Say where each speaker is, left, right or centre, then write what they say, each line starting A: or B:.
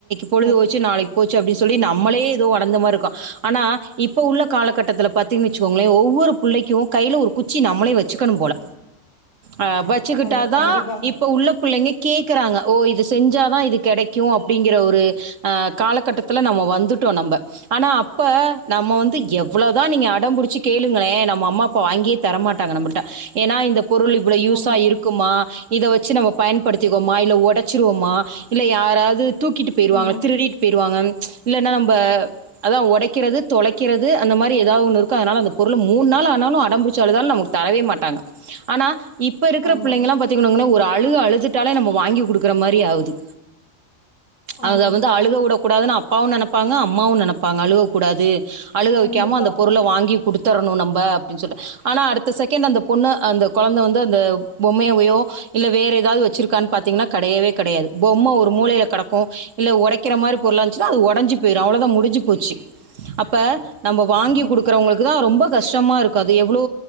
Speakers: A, on the right; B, on the left.
A: பொழுது
B: ஆமா
A: போச்சு நாளைக்கு போச்சு அப்டி சொல்லி நம்மளே ஏதோ ஒடந்த மாரி இருக்கோ ஆனா இப்ப உள்ள காலகட்டத்துல பாத்தீங்கனு வச்சுக்கோங்களே ஒவ்வொரு புள்ளைக்கும் கையில ஒரு குச்சி நம்மளே வச்சுக்கணு போல அ வச்சுக்கிட்டாதா
B: ஆமா கண்டிப்பா
A: இப்ப உள்ள புள்ளைங்க கேக்கறாங்க ஓ இது செஞ்சாதா இது கெடைக்கும் அப்டிங்கற ஒரு அ காலகட்டத்துல நம்ம வந்துட்டோம் நம்ப ஆனா அப்ப நம்ம வந்து
B: ஆமா
A: எவ்வளதா நீங்க அடம்புடி ச்சு கேளுங்களே நம்ம அம்மா அப்பா வாங்கியே தர மாட்டாங்க நம்மள்ட்ட ஏனா இந்த பொருள் இவளோ யூஸா
B: ஆமா
A: இருக்குமா இத வச்சு நம்ம பயன்படுத்திக்கோமா இல்ல ஒடைச்சிருவோமா இல்ல யாராவது தூக்கி பேயிருவாங்க
B: ஆமா
A: திருடிட் பே வாங்க இல்லன்னா நம்ப அதா ஒடைக்கிறது தொலைக்கிறது அந்த மாரி எதா ஒன்னு இருக்கும் அதனால அந்த பொருளு மூன் நாள் ஆனாலும் அடம்பிடிச்சு அழுதாலும் நமக்கு தரவே மாட்டாங்க ஆனா இப்ப இருக்குற
B: ஆமா
A: புள்ளைங்கல்லா பாத்தீங்கனோங்களே ஒரு அழுக அழுதுட்டாலே நம்ம வாங்கி குடுக்கற மாரி ஆவுது அத
B: ஆமா
A: வந்து அழுக வுட கூடாதுனு அப்பாவும் நெனப்பாங்க அம்மாவும் நெனப்பாங்க அழுவக்கூடாது அழுக
B: கண்டிப்பா
A: வைக்காம அந்த பொருள வாங்கி குடுத்தரணும் நம்ப அப்டினு சொல்ட்டு ஆனால் அடுத்த செகண்ட் அந்த பொண்ணு அந்த கொழந்தை வந்து அந்த பொம்மைய உயோ இல்ல வேற எதாவது வச்சுிருக்கானு பாத்தீங்கனா கடையவே கடையாது பொம்ம ஒரு மூளையில கடக் கும் இல்ல ஒடைக்கிற மாரி பொருளா இருந்துச்சுனா அது ஒடைஞ்சு போயிரும் அவ்வளோதா முடிஞ்சு போச்சு அப்ப நம்ம வாங்கி
B: ஆமா
A: குடுக்குறவங்களுக்கு தா ரொம்ப கஷ்டமா இருக்காது எவ்வளோ